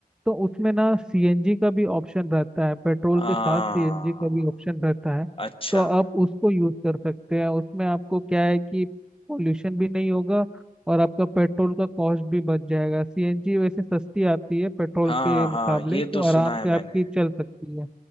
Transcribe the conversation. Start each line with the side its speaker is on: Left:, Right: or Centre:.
Centre: तो उसमें ना सीएनजी का भी ऑप्शन रहता है पेट्रोल
Left: आ,
Centre: के साथ सीएनजी का भी ऑप्शन रहता है
Left: अच्छा
Centre: तो आप उसको यूज़ कर सकते हैं उसमें आपको क्या है कि पोल्यूशन भी नहीं होगा और आपका पेट्रोल का कॉस्ट भी बच जाएगा सीएनजी वैसे सस्ती आती है पेट्रोल
Left: हाँ
Centre: के मुकाबले
Left: हाँ ये
Centre: तो
Left: तो सुना
Centre: आराम
Left: है
Centre: से
Left: मैंने
Centre: आपकी चल सकती है